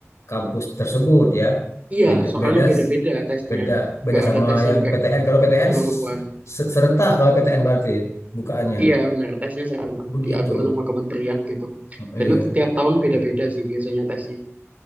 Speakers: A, on the left (about 80°); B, on the right (about 30°).
A: kampus tersebut ya.
B: iya
A: Beda
B: soalnya
A: beda
B: beda-beda tesnya
A: beda beda
B: nggak
A: sama
B: ada tes
A: yang
B: yang kayak
A: PTN. Kalau PTN
B: seluruhan
A: se- serentak kalau PTN berarti bukaannya.
B: iya benar tesnya serentak
A: Begitu.
B: diatur sama kementerian gitu
A: Iya.
B: dan itu tiap tahun beda-beda sih biasanya tesnya